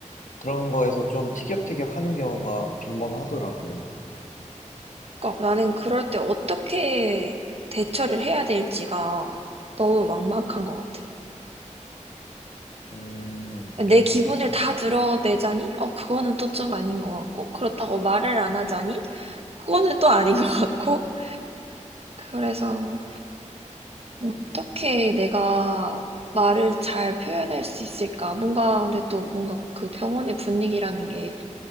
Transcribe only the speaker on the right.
그러니까 나는 그럴 때 어떻게 대처를 해야 될지가 너무 막막한 것 같아.
내 기분을
다 드러내자니? 어, 그거는 또 좀 아닌 것 같고, 그렇다고 말을 안 하자니? 그거는 또 아닌 것 같고, 그래서 어떻게 내가 말을 잘 표현할 수 있을까? 뭔가, 근데 또 뭔가 그 병원의 분위기라는 게